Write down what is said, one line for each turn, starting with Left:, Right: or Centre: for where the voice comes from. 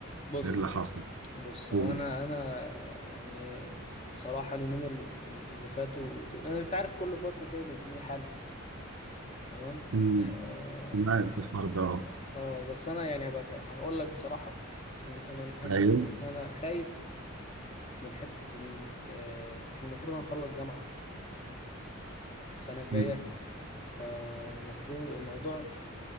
Left: بص
Right: ايه اللي حصل
Left: بص
Right: و...
Left: هو انا انا يعني بصراحة اليومين ال- ال- اللي فاتوا دول انا انت عارف كل فترة كده بيجي لي حالة تمام
Right: أمم،
Left: اه
Right: معايا في الحوار ده اهو
Left: آه، بس انا يعني هبقى ك- هقول لك بصراحة انا انا انا
Right: ايوه
Left: أنا خايف من حتة ان آه، احنا المفروض هنخلص جامعة السنة الجاية
Right: أمم،
Left: فالمفروض الموضوع